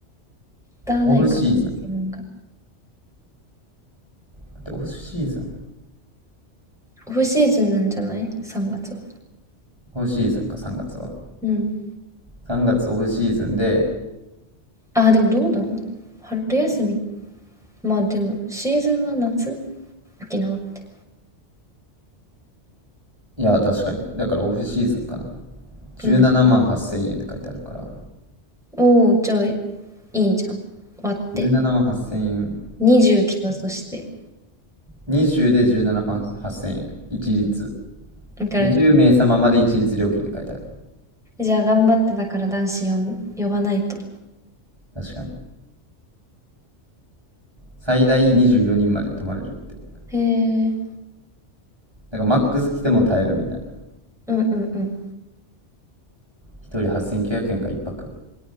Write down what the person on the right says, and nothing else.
オフシーズン。
だってオフシーズン
オフシーズンか、3月は。
3月オフシーズンで、
いや、確かに。だからオフシーズンかな。17万8千円っせんえんって書いてあるから。
17万8千円。
20で17万8千円。一律。
20名様ままで一律料金で書いてある。
確かに。最大24人まで泊まれるって。だ
からマックス来ても耐えるみたいな。
一人8900円か一泊。